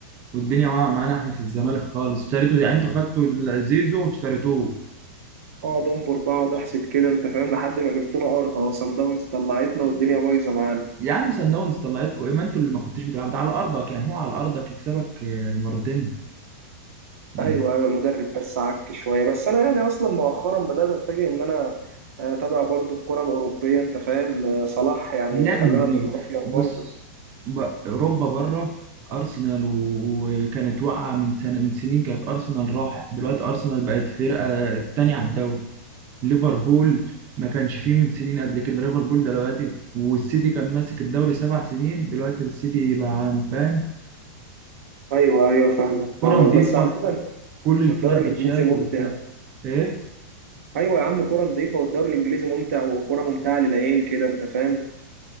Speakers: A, on the right (about 30°); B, on the right (about 70°).
A: والدنيا واقعه معانا احنا في الزمالك خالص اشتريتوا يعني انتوا خدتوا زيزو واشتريتوه
B: اه دمبر بقعد احسد كده انت فاهم لحد ما جبت له ارض اهو صن داونز طلعتنا والدنيا بايظه معانا
A: يا عم سان داونز طلعتكم ايه ما انتوا اللي ما كنتوش بتلعبوا ده على ارضك يعني هو على ارضك يكسبك آه، مرتين يعني
B: ايوه ايوه المدرب بس عك شويه بس انا يعني اصلا مؤخرا بدات اتجه ان انا آه، اتابع برضو الكره الاوروبيه انت فاهم آه، صلاح يعني
A: اللعب
B: خلانا
A: نضيف
B: نتغير
A: بص
B: برضو
A: ب- اوروبا بره ارسنال و- وكانت واقعه من سنه من سنين كانت ارسنال راح دلوقتي ارسنال بقت فرقه تانية على الدوري ليفربول ما كانش فيه من سنين قبل كده ليفربول دلوقتي والسيتي كان ماسك الدوري سبع سنين دلوقتي السيتي بقى عام فاهم
B: ايوه ايوه فاهمك
A: كرة
B: فاهمك
A: نظيفة
B: بس عامه
A: كل الفرق
B: الدوري الانجليزي
A: بتشارك
B: ممتع
A: وبتاع ايه
B: ايوه يا عم كره نظيفه والدوري الانجليزي ممتع وكره ممتعه للعين كده انت فاهم